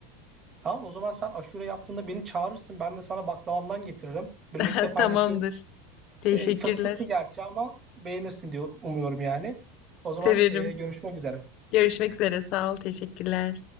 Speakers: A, on the right (about 25°); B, on the left (about 50°).
A: Tamam o zaman sen aşure yaptığında beni çağırırsın. Ben de sana baklavamdan getiririm. Birlikte
B: <laughs>
A: paylaşırız.
B: Tamamdır.
A: Se-
B: Teşekkürler.
A: Fıstıklı gerçi ama beğenirsin diyor umuyorum yani. O zaman
B: Severim.
A: e, görüşmek üzere.
B: Görüşmek üzere. Sağ ol. Teşekkürler.